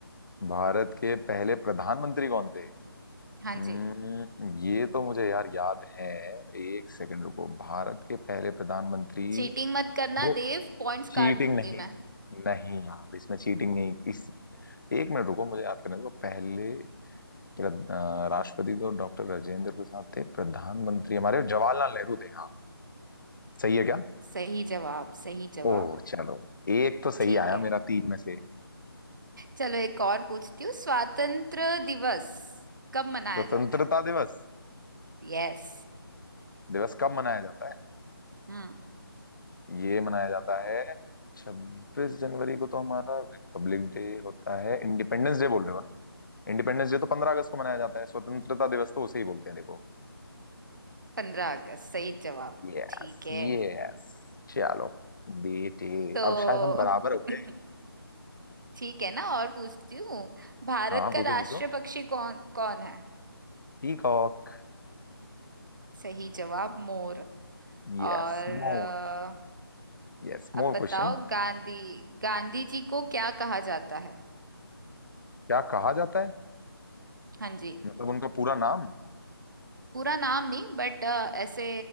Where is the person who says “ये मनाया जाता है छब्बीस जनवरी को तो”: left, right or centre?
Left